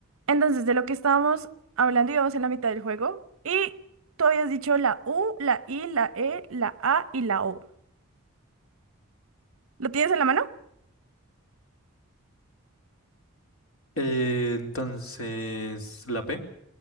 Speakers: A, on the right; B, on the left.
A: Entonces, de lo que estábamos hablando, íbamos en la mitad del juego y tú habías dicho la U, la I, la E, la A y la O. ¿Lo tienes en la mano?
B: Eh, entonces, la P,